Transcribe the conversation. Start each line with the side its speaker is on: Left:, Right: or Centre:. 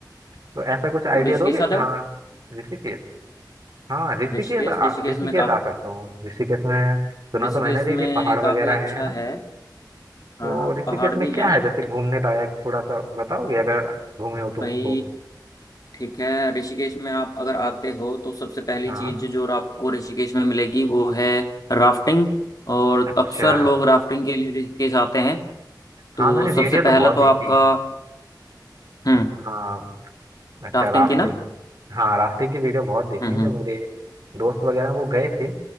Right: तो ऐसा कुछ आइडिया
Left: तो ऋषिकेश
Right: दोगे
Left: आ
Right: जहाँ
Left: जाओ
Right: ऋषिकेश हाँ ऋषिकेश
Left: ऋषिकेश
Right: आ,
Left: ऋषिकेश
Right: ऋषिकेश
Left: में काफी
Right: आ सकता हूँ ऋषिकेश में सुना
Left: ऋषिकेश
Right: तो मैंने भी
Left: में
Right: कि पहाड़
Left: काफी
Right: वगैरह
Left: अच्छा
Right: है है ना
Left: है
Right: तो
Left: हाँ
Right: ऋषिकेश
Left: पहाड़ भी
Right: में क्या
Left: हैं
Right: है जैसे घूमने लायक थोड़ा सा बताओगे अगर घूमे हो तुम
Left: भाई
Right: तो
Left: ठीक है ऋषिकेश में आप अगर आते हो तो सबसे पहली
Right: हाँ
Left: चीज जो आपको ऋषिकेश में मिलेगी वो है राफ्टिंग और
Right: अच्छा
Left: अक्सर लोग राफ्टिंग के लिए ऋषिकेश आते हैं तो
Right: हाँ मैंने वीडियो
Left: सबसे पहला
Right: तो बहुत
Left: तो
Right: देखी
Left: आपका
Right: है
Left: हम्म
Right: हाँ अच्छा
Left: राफ्टिंग
Right: राफ्टिंग
Left: की ना
Right: हाँ राफ्टिंग की वीडियो बहुत देखी
Left: हम्म
Right: है
Left: हम्म
Right: जो मेरे दोस्त वगैरह हैं, वो गए थे